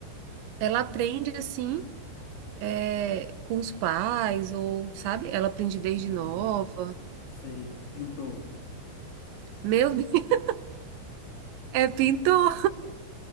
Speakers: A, on the right; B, on the left.
A: ela aprende assim, é, com os pais ou, sabe? Ela aprende desde
B: hum,
A: nova.
B: hum. Sei, pintor.
A: Meu Deus, <laughs> é pintor.